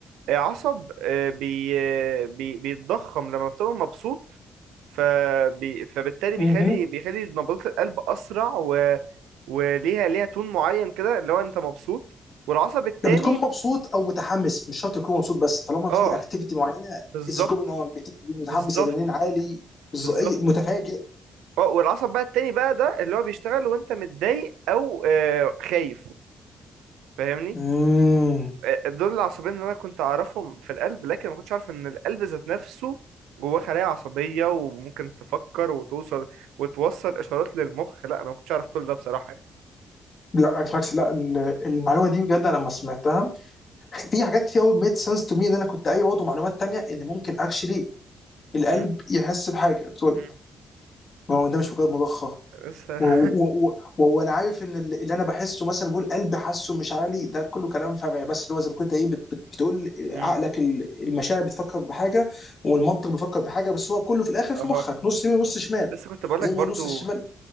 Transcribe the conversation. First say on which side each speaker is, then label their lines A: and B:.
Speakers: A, on the right; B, on the left.
A: آه، عصب آه، بي... آه، بي... بيتضخم لما بتبقى مبسوط فبي... فبالتالي بيخلي
B: مهم.
A: بيخلي نبضات القلب اسرع و... وليها ليها تون معين كده اللي هو انت مبسوط والعصب التاني
B: لما تكون مبسوط او متحمس مش شرط تكون مبسوط بس طالما في
A: اه
B: اكتيفيتي معينه
A: بالظبط
B: از جوين اون متحمس
A: بالظبط
B: ادرينالين عالي بز-
A: بالظبط
B: أي- متفاجئ
A: اه والعصب بقى التاني بقى ده اللي هو بيشتغل وانت متضايق او آه خايف فاهمني
B: مم.
A: آه، دول العصبين اللي انا كنت اعرفهم في القلب لكن ما كنتش عارف ان القلب ذات نفسه جواه خلايا عصبية وممكن تفكر وتوصل وتوصل اشارات للمخ لا انا ما كنتش عارف كل ده بصراحة يعني
B: لا بالعكس بالعكس لا ال- المعلومه دي بجد انا لما سمعتها في حاجات كتير قوي ميد سنس تو مي ان انا كنت قايل برضه معلومات تانية ان ممكن اكشلي القلب
A: م-
B: يحس بحاجه قلت له،
A: م.
B: ما هو ده مش مجرد مضخه
A: لسه
B: و-
A: <laughs>
B: و- و- و- وانا عارف ان ال- اللي انا بحسه مثلا بقول قلبي حاسه مش عالي ده كله كلام فمعي بس اللي هو زي ما كنت ايه بت- بت- بتقول
A: م.
B: عقلك ال- المشاعر بتفكر بحاجه والمنطق بيفكر بحاجه بس هو كله في الاخر في
A: اها
B: مخك نص يمين ونص شمال
A: لسه كنت بقول لك
B: زي
A: برضو
B: ما النص الشمال